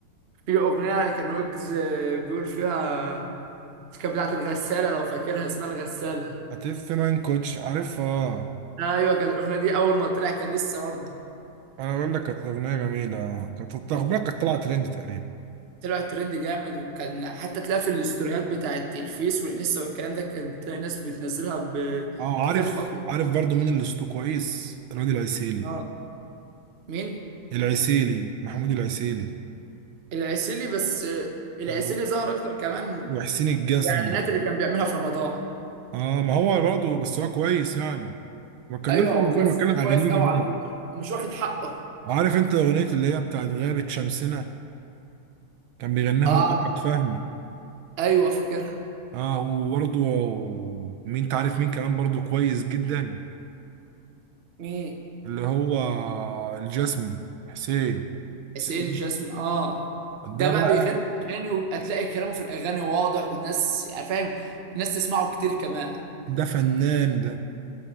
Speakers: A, on the right; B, on the right.
A: في اغنيه كان ويجز آه، بيقول فيها كانت بتاعت الغسالة لو فاكرها اسمها الغسالة
B: هتف مان كوتش عارفها
A: ايوه كانت الاغنية دي اول ما طلع كان لسه برضه
B: انا بقول لك كانت اغنيه جميله كانت التخبيره كانت طالعه ترند تقريبا
A: طلع ترند جامد وكان حتى تلاقي في الاستوريات بتاعت الفيس والانستا والكلام ده كان تلاقي ناس بتنزلها بكتير
B: اه عارف
A: خالص
B: عارف برضو مين اللي صوته كويس الواد العسيلي
A: اه مين
B: العسيلي محمود العسيلي
A: العسيلي بس آه، العسيلي
B: و-
A: ظهر اكتر كمان
B: وحسين الجسمي
A: في الاعلانات اللي كان بيعملها في رمضان
B: اه ما هو برضه بس هو كويس يعني ما اتكلمش
A: ايوه هو
B: عن غير
A: كويس
B: ما
A: صوته
B: اتكلم اغانيه
A: كويس قوي
B: جميله
A: على فكرة ومش واخد حقه
B: عارف انت اغنيه اللي هي بتاعت غابه شمسنا كان بيغنيها
A: اه
B: هو احمد فهمي
A: ايوه فاكرها
B: اه وبرضه مين تعرف مين كمان برضه كويس جدا
A: مين
B: اللي هو الجسمي حسين
A: حسين
B: حسين
A: جاسمين اه ده
B: ده
A: بقى
B: بقى
A: بيغني اغاني ويبقى تلاقي كلامه في الاغاني واضح والناس يعني فاهم الناس تسمعه كتير كمان
B: ده فنان ده